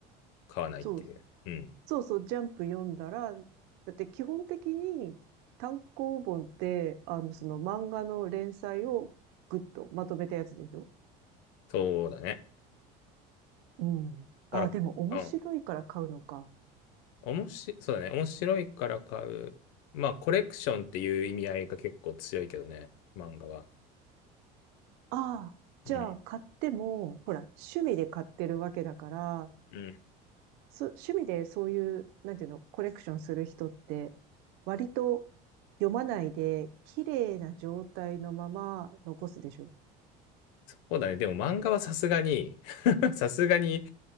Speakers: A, on the left; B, on the right.
A: 買わないっていう。
B: そう。
A: うん。
B: そうそう、ジャンプ読んだら、だって基本的に単行本って、あの、その漫画の連載をぐっとまとめたやつでしょ
A: そうだね。
B: うん。
A: だから、
B: ああ、でも面白いから買うのか。
A: うん。おもし、そうだね。面白いから買う。まあ、コレクションっていう意味合いが結構強いけどね、漫画は。
B: ああ、じゃあ買っても、
A: うん。
B: ほら、趣味で買ってるわけだから、
A: うん。
B: そ、趣味でそういう、なんていうの、コレクションする人って、割と読まないで、綺麗な状態のまま残すでしょ。
A: そうだね。でも漫画はさすがに <laughs> さすがに、